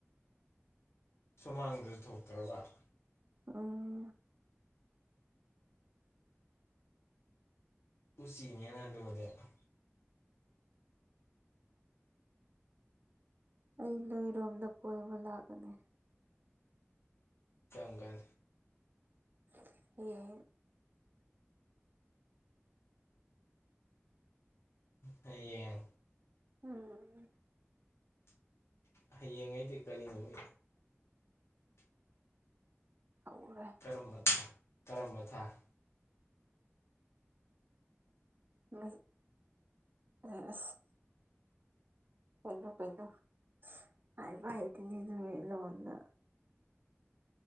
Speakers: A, on the left; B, on the right.
A: ꯁꯃꯒ꯭ꯇ ꯀ꯭ꯔꯔꯕ <inaudible>
B: ꯎꯥ <unintelligible> <inaudible>
A: ꯎꯁꯤꯅꯤꯅ ꯃꯗ <inaudible>
B: ꯑꯩ ꯅꯣꯏꯔꯣꯝꯗ ꯀꯣꯏꯕ ꯂꯥꯛꯀꯅꯤ <inaudible>
A: ꯪꯒꯥꯜ
B: ꯍ
A: ꯍꯌꯦꯡ
B: ꯎꯝ
A: ꯍꯌꯦꯡꯉꯩꯗꯤ ꯀꯔꯤ ꯅꯨꯃꯤꯠ
B: ꯍꯔ <unintelligible> <inaudible>
A: ꯀꯔꯝꯕ ꯃꯊꯥ ꯀꯔꯝꯕ ꯃꯊꯥ <inaudible>
B: ꯎꯝ ꯎ ꯀꯩꯅꯣ ꯀꯩꯅꯣ ꯍꯥꯏꯕ ꯍꯥꯏꯇꯅꯤ ꯑꯗꯨ ꯂꯣꯅ